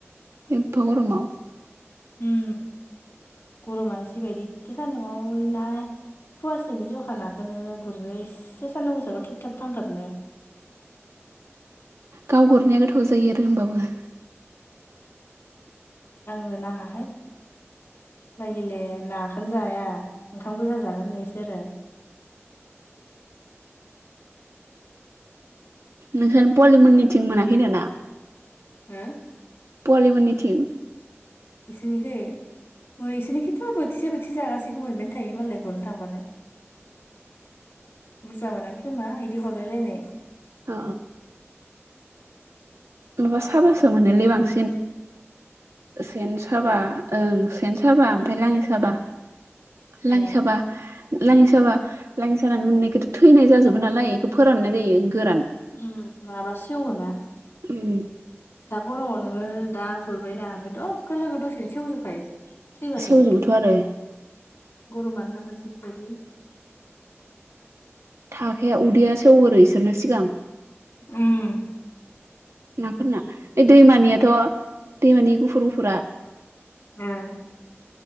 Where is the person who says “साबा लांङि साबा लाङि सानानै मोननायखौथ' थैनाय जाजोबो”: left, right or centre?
Right